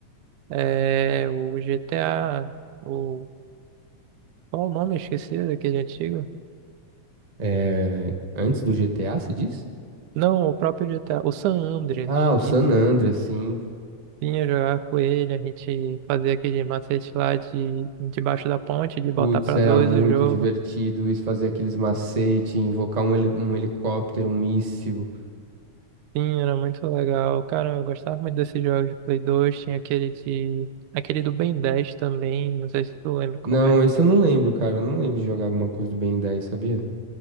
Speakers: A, on the right (about 85°); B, on the right (about 20°).
A: É o GTA. O... Qual o nome? Esqueci daquele antigo.
B: Eh, antes do GTA, você diz?
A: Não, o próprio GTA. O San Andreas.
B: Ah, o San
A: Isso.
B: Andreas, sim,
A: Vinha jogar com ele, a gente fazia aquele macete lá de debaixo da ponte, de
B: Putz,
A: botar pra
B: era
A: dois
B: muito
A: o jogo.
B: divertido isso, fazer aqueles macete, invocar um, heli- um helicóptero, um míssil.
A: Sim, era muito legal. Cara, eu gostava muito desses jogos de Play 2. Tinha aquele de. Aquele do Ben 10 também, não sei se tu lembra qual
B: Não,
A: é.
B: esse eu não lembro, cara. Eu não lembro de jogar alguma coisa do Ben 10, sabia?